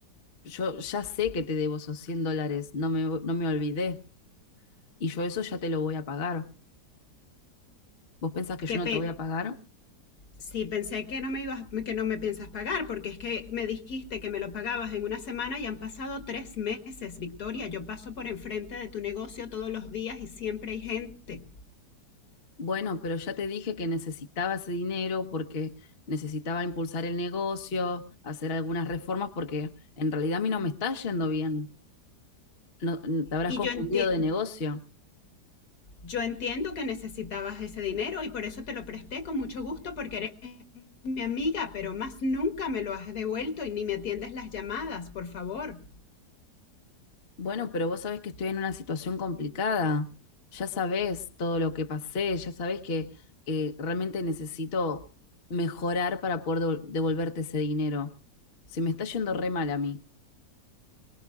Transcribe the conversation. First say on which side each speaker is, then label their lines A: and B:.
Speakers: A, on the left; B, on the left.
A: Yo ya sé que te debo esos 100 dólares, no me, no me olvidé, y yo eso ya te lo voy a pagar. ¿Vos pensás que yo
B: Qué
A: no
B: pena.
A: te voy a pagar?
B: Sí, pensé que no me ibas, que no me piensas pagar, porque es que me dijiste que me lo pagabas en una semana y han pasado tres meses, Victoria. Yo paso por enfrente de tu negocio todos los días y siempre hay gente.
A: Bueno, pero ya te dije que necesitaba ese dinero porque necesitaba impulsar el negocio, hacer algunas reformas, porque en realidad a mí no me está yendo bien. No, n- te habrás
B: Y
A: confundido
B: yo enti-
A: de negocio.
B: Yo entiendo que necesitabas ese dinero y por eso te lo presté con mucho gusto porque eres mi amiga, pero más nunca me lo has devuelto y ni me atiendes las llamadas, por favor.
A: Bueno, pero vos sabés que estoy en una situación complicada. Ya sabés todo lo que pasé, ya sabés que eh, realmente necesito mejorar para poder devol- devolverte ese dinero. Se me está yendo re mal a mí.